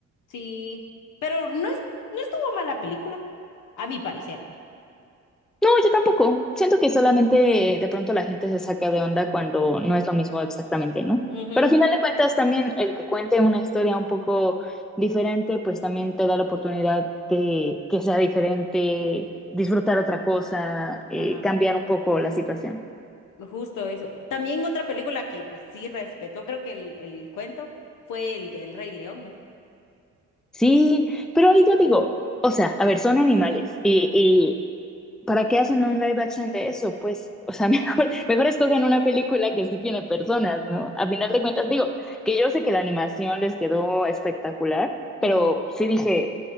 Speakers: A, on the left; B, in the centre.
A: Sí, pero no es, no estuvo mala película, a mi parecer.
B: No, yo tampoco. Siento que solamente de pronto la gente se saca de onda cuando no es lo mismo exactamente, ¿no?
A: Ujú,
B: Pero al final de cuentas también el que cuente una historia un poco diferente, pues también te da la oportunidad de que sea diferente,
A: ujú,
B: disfrutar otra cosa, eh,
A: Ajá.
B: cambiar un poco la situación.
A: Justo eso. También otra película que pues sí respetó, creo que el, el cuento fue el del Rey León, ¿no?
B: Sí, pero ahí yo digo, o sea, a ver, son animales y, ¿para qué hacen un live action de eso? Pues, o sea, <laughs> mejor, mejor escogen una película que sí tiene personas, ¿no? A final de cuentas, digo, que yo sé que la animación les quedó espectacular, pero
A: Ujú.
B: sí dije,